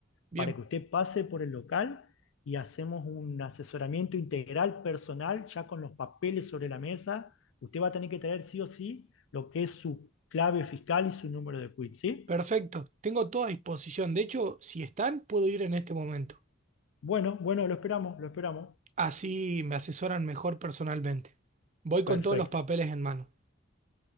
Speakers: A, on the right (about 35°); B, on the left (about 75°).
A: bien,
B: para que usted pase por el local y hacemos un asesoramiento integral personal ya con los papeles sobre la mesa. Usted va a tener que traer sí o sí lo que es su clave fiscal y su número de quit, ¿sí?
A: perfecto. Tengo toda a disposición. De hecho, si están, puedo ir en este momento.
B: Bueno, bueno, lo esperamos, lo esperamos.
A: Así me asesoran mejor personalmente. Voy con
B: Perfecto.
A: todos los papeles en mano.